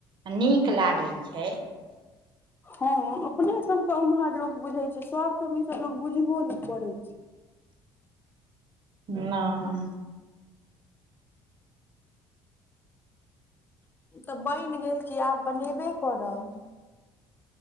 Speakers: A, on the right; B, on the left.
A: नीक लागै छय
B: हँ अपने सब तऽ उम्हर लोक बुझे छय सबठाम ई सब लोक बुझबो ने करै छय
A: नइ
B: तऽ बनि गेल कि आब बनेबे करब